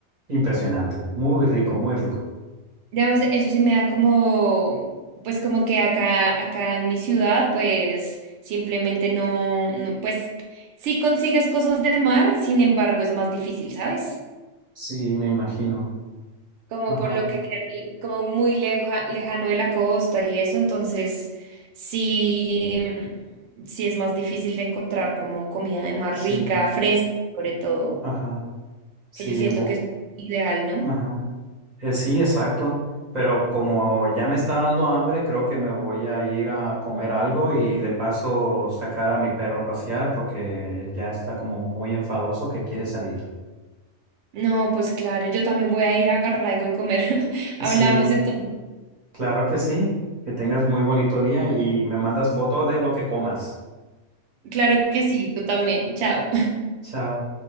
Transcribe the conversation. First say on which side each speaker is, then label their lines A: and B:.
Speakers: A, on the right; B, on the right.
A: impresionante, muy rico, muy rico.
B: Digamos, eso sí me da como, pues como que acá, acá en mi ciudad, pues simplemente no, no, pues sí consigues cosas de mar, sin embargo, es más difícil, ¿sabes?
A: Sí, me imagino.
B: como
A: Ajá,
B: por lo que queda como muy leja- lejano de la costa y eso, entonces sí, mm, sí es más difícil de encontrar como comida de mar
A: sí,
B: rica, fresca, sobre todo,
A: ajá, sí,
B: que yo siento
A: bo-
B: que es ideal, ¿no?
A: ajá, eh, sí, exacto. Pero como ya me está dando hambre, creo que me voy a ir a comer algo y de paso sacar a mi perro a pasear porque ya está como muy enfadoso que quiere salir.
B: No, pues claro, yo también voy a ir a agarrar algo de comer. <laughs>
A: Sí,
B: Hablamos entonces.
A: claro que sí. Que tengas muy bonito día y me mandas foto de lo que comas.
B: Claro que sí, tú también. Chao.
A: Chao.